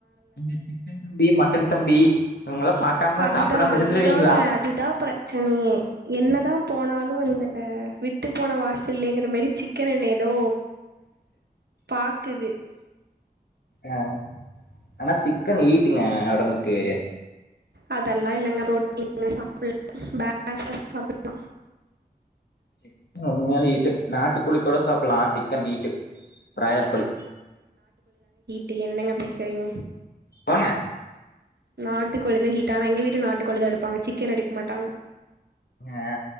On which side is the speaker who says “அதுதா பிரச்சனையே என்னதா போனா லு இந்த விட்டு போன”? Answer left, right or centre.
Right